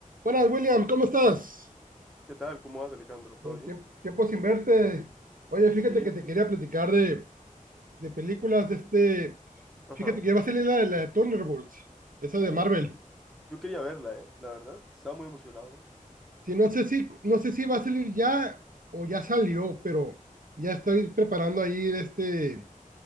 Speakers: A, on the right (about 75°); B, in the centre.
A: Buenas, William, ¿cómo estás?
B: ¿Qué tal? ¿Cómo vas, Alejandro? ¿Todo
A: Eh,
B: bien?
A: tiemp- tiempo sin verte. Oye, fíjate
B: Sí.
A: que te quería platicar de, de películas de este.
B: Ajá.
A: Fíjate que ya va a salir la, la de Thunderbolts, esa
B: Uh,
A: de Marvel.
B: yo quería verla, ¿eh? La verdad. Estaba muy emocionado.
A: Sí, no sé si, no sé si va a salir ya o ya salió, pero ya estoy preparando ahí de este.